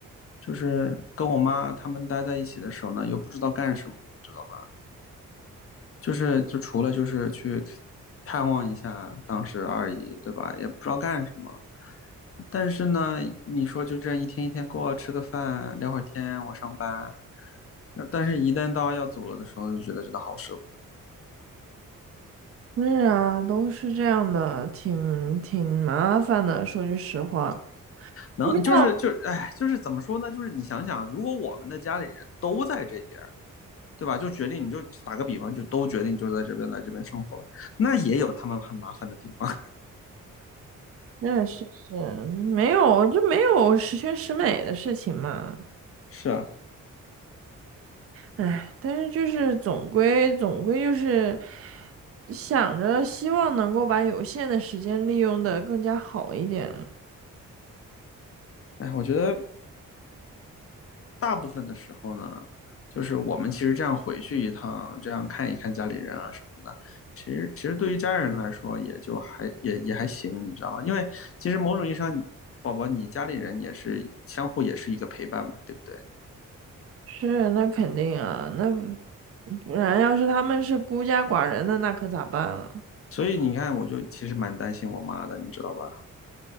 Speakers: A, on the left (about 40°); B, on the right (about 45°).
A: 就是跟我妈他们待在一起的时候呢，又不知道干什么，你知道吧？就是就除了就是去探望一下当时二姨，对吧？也不知道干什么。但是呢，你说就这一天一天过，吃个饭，聊会儿天，我上班。但是，一旦到要走了的时候，就觉得真的好舍不得。
B: 是啊，都是这样的，挺挺麻烦的。说句实话，
A: 能就是就是，
B: 不知道，
A: 哎，就是怎么说呢？就是你想想，如果我们的家里人都在这边，对吧？就决定你就打个比方，就都决定就在这边来这边生活了，那也有他们很麻烦的地方。
B: 嗯，是是，没有，就没有十全十美的事情嘛。
A: <laughs> 是啊，
B: 唉，但是就是总归总归就是想着希望能够把有限的时间利用的更加好一点。
A: 哎，我觉得大部分的时候呢，就是我们其实这样回去一趟，这样看一看家里人啊什么的，其实其实对于家人来说也就还也也还行，你知道吧？因为其实某种意义上，宝宝你家里人也是相互也是一个陪伴嘛，对不对？
B: 是，那肯定啊，那不不然要是他们是孤家寡人的，那可咋办啊？
A: 所以你看，我就其实蛮担心我妈的，你知道吧？